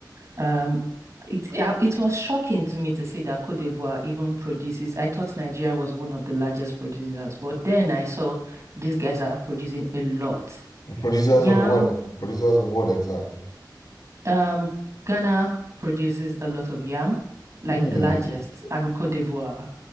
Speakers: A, on the right; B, on the left.
A: Um, it I- it was shocking to me to see that Côte d'Ivoire even produces. I thought Nigeria was one of the largest producers, but then I saw these guys are producing a lot.
B: Producers
A: Yam,
B: of what? Producers of what exactly?
A: um, Ghana produces a lot of yam, like
B: Hmm.
A: the largest, and Côte d'Ivoire,